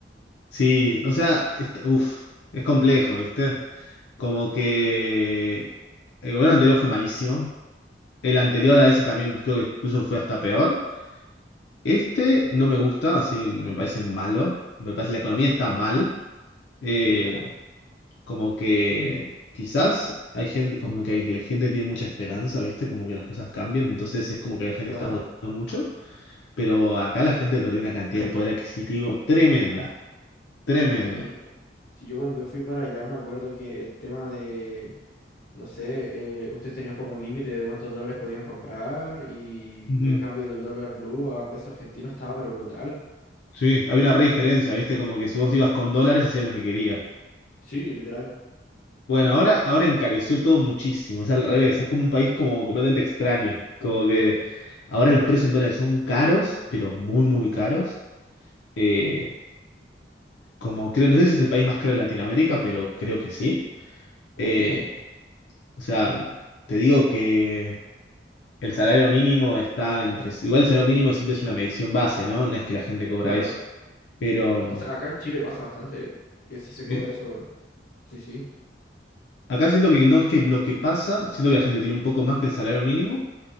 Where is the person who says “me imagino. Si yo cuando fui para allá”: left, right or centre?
Left